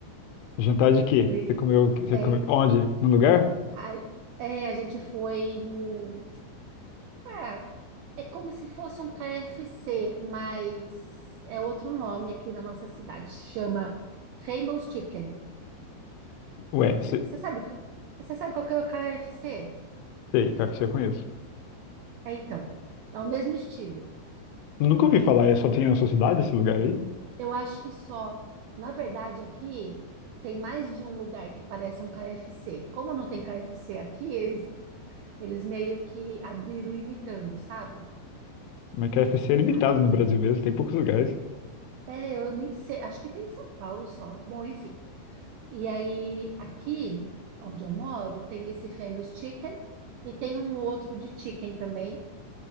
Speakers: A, on the left; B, on the right.
A: jantar de quê?
B: Porque
A: Você comeu, o quê? você
B: é,
A: comeu onde? No lugar?
B: a, é, a gente foi no. Ah, é como se fosse um KFC, mas é outro nome aqui na nossa cidade. Chama Famous Chicken.
A: Ué, se-
B: Você sabe, você sabe qual que é o KFC?
A: sei, KFC eu conheço.
B: É, então, é o mesmo estilo.
A: Nunca ouvi falar, é só tem na sua cidade esse lugar aí?
B: Eu acho que só. Na verdade, aqui tem mais de um lugar que parece um KFC. Como não tem KFC aqui, eles, eles meio que abriram imitando, sabe?
A: Mas KFC é limitado
B: Ah,
A: no Brasil mesmo, tem poucos lugares.
B: É, eu nem sei. Acho que tem em São Paulo só. Bom, enfim. E aí, aqui onde eu moro, tem esse Famous Chicken e tem um outro de chicken também,